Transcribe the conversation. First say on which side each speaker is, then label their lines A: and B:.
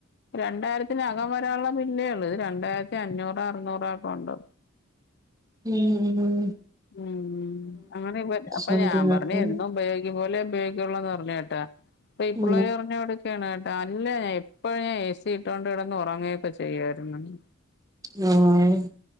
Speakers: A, on the left; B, on the right.
A: രണ്ടായിരത്തിനകം വരാൻള്ളെ ബില്ലേ ഒള്ള് ഇത് രണ്ടായിരത്തി അഞ്ഞൂറോ അറുന്നൂറോഒക്കെ ഉണ്ട്.
B: ഉം ഉം ഉം
A: ഉം. അങ്ങനെ ഇവ അപ്പൊ
B: സംതിങ്
A: ഞാൻ പറഞ്ഞ്
B: ആക്കും
A: എന്നും ഉപയോഗി ക്കുംപോലെ ഉപയോഗികൊള്ളന്ന് പറഞ്ഞ് കെട്ടാ. അപ്പ ഈ പുള്ളേര്
B: ഉം
A: പറഞ്ഞു ന്നോട് ക്കാണ് കെട്ടാ. അല്ല ഞ എപ്പഴും ഞാൻ ഏ. സി ഇട്ടോണ്ട് കെടന്ന് ഒറങ്ങ്യൊക്കെ ചെയ്യായിര്ന്നെന്ന്.
B: യോ ഏഹ്